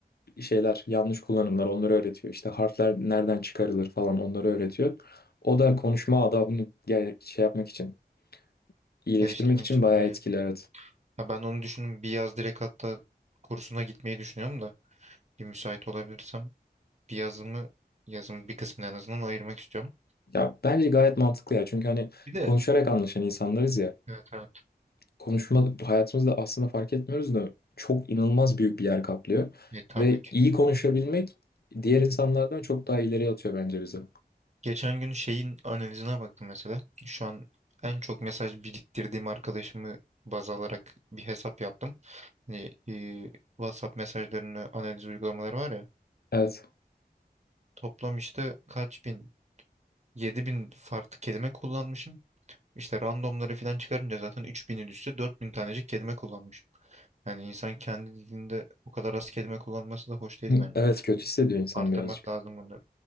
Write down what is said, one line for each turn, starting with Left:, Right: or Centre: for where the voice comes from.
Left: şeyler yanlış kullanımlar onları öğretiyor. İşte harfler nereden çıkarılır falan onları öğretiyor. O da konuşma adabını gel- şey yapmak için iyileştirmek
Right: geliştirmek
Left: için
Right: için
Left: bayağı
Right: iyi.
Left: etkili evet.
Right: Ha ben onu düşündüm. Bir yaz direkt hatta kursuna gitmeyi düşünüyorum da bir müsait olabilirsem bir yazımı yazımın bir kısmını en azından ayırmak istiyorum.
Left: Ya bence gayet mantıklı ya çünkü hani
Right: Bir de
Left: konuşarak anlaşan insanlarız ya.
Right: Evet evet.
Left: konuşma hayatımızda aslında fark etmiyoruz da çok inanılmaz büyük bir yer kaplıyor.
Right: E, tabii
Left: Ve
Right: ki.
Left: iyi konuşabilmek diğer insanlardan çok daha ileriye atıyor bence bizi.
Right: Geçen gün şeyin analizine baktım mesela. Şu an en çok mesaj biriktirdiğim arkadaşımı baz alarak bir hesap yaptım. Hani, e, WhatsApp mesajlarını analiz uygulamaları var ya.
Left: Evet.
Right: Toplam işte kaç bin? yedi bin farklı kelime kullanmışım. İşte randomları falan çıkarınca zaten 3000'in üstü 4000 tanecik kelime kullanmış. Yani insan kendi dilinde o kadar az kelime kullanması da hoş değil
Left: Hı,
Right: bence.
Left: Evet kötü hissediyor insan
Right: Arttırmak
Left: birazcık.
Right: lazım bunları.